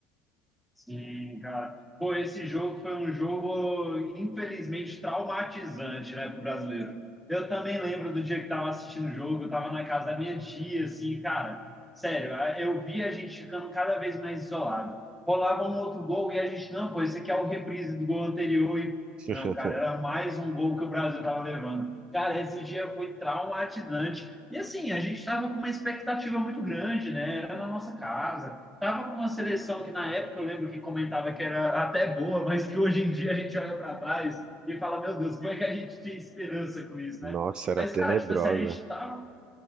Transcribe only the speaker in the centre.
Sim, cara. Pô, esse jogo foi um jogo, infelizmente, traumatizante, né, pro brasileiro. Eu também lembro do dia que tava assistindo o jogo, eu tava na casa da minha tia, assim, cara, sério, a- eu vi a gente ficando cada vez mais isolado. Rolava um outro gol e a gente, não, pô, esse aqui é o reprise do gol anterior e, não,
cara, era mais um gol que o Brasil tava levando. Cara, esse dia foi traumatizante. E assim, a gente tava com uma expectativa muito grande, né? Era na nossa casa, Tava com uma seleção que na época eu lembro que comentava que era até boa, mas que hoje em dia a gente olha para trás e fala, meu Deus, como é que a gente tinha esperança com isso, né?
Mas,
cara, tipo assim, a gente tava.